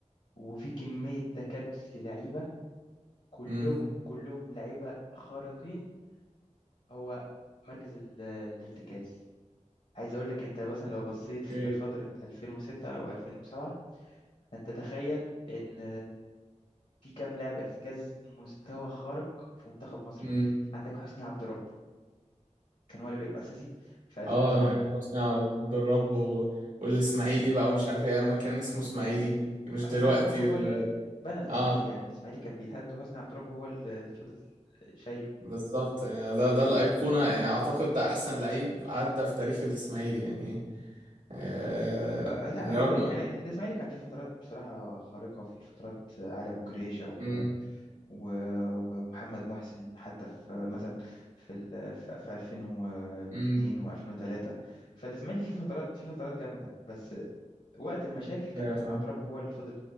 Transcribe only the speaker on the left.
وفي كميه تكدس للعيبه كلهم
كلهم لعيبه خارقين هو مركز ال- الارتكاز عايز اقول لك انت مثلا لو بصيت
في فتره 2006 او 2007 انت تخيل ان في كام لاعب ارتكاز مستوى خارق في منتخب مصر
عندك حسني عبد رب كان هو اللي بيلعب اساسي في 2008
حسني
عبد رب هو
ال- بنى الاسماعيلي
يعني الاسماعيلي كان بيتهد وحسني عبد رب هو اللي فضل شايله
آه، لا
هو
يعني الاسماعيلي كان في فترات بصراحه خارقه في فترات علي ابو جريشه و...
و... ومحمد محسن حتى في مثلا في ال... في في 2002
و2003 فالاسماعيلي في فترات في فترات جامده بس وقت المشاكل كان
حسني
عبد الرب هو اللي فضل